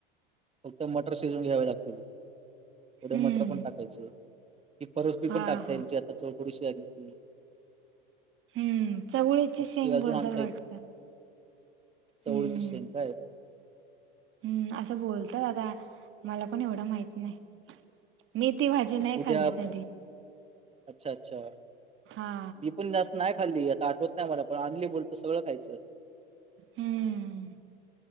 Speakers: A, on the right; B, on the right.
A: फक्त मटर शिजवून घ्यावे लागतील थोडे
B: हम्म
A: मटर पण टाकायचे. की फरसबी
B: हा
A: पण टाकता
B: हा
A: येतील आता चौथरीशी आली ती.
B: हम्म चवळीची
A: ती
B: शेंग
A: अजून
B: बोलतात
A: आणता
B: वाटतं.
A: येईल चवळीची
B: हम्म
A: शेंग काय
B: हम्म असं बोलतात आता मला पण एवढं माहित नाही मी ती भाज जी नाही
A: उद्या
B: खाल्ली कधी.
A: अच्छा अच्छा
B: हा
A: बी पण जास् नाय खाल्ली आता आठवत नाय मला पण आणली बोलत सगळं खायचं.
B: हम्म